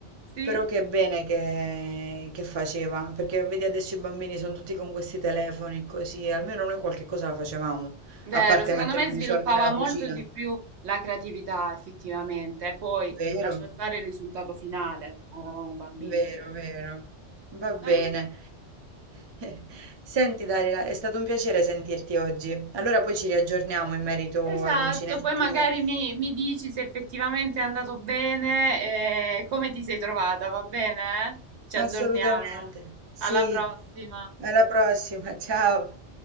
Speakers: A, on the right; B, on the right.
A: Sì,
B: però che bene che, che faceva, perché vedi adesso i bambini sono tutti con questi telefoni così, almeno noi qualche cosa la facevamo,
A: vero,
B: a parte
A: secondo
B: mettere
A: me
B: in
A: sviluppava
B: disordine la
A: molto
B: cucina.
A: di più la creatività, effettivamente. Poi
B: Vero,
A: lascia stare il risultato finale, eravamo bambini.
B: vero, vero. Va bene.
A: No, io-
B: <laughs> Senti Darila, è stato un piacere sentirti oggi. Allora poi ci riaggiorniamo in merito
A: Esatto,
B: all'uncinetto.
A: poi magari mi, mi dici se effettivamente è andato bene e come ti sei trovata, va bene? Ci
B: Assolutamente.
A: aggiorniamo.
B: Sì,
A: Alla prossima.
B: alla prossima, ciao.